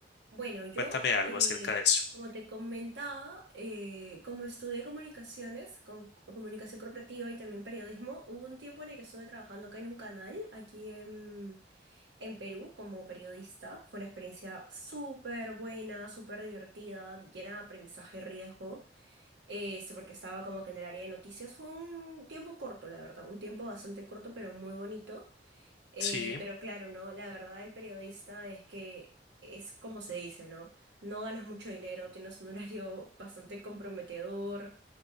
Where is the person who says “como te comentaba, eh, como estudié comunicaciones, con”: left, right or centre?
Right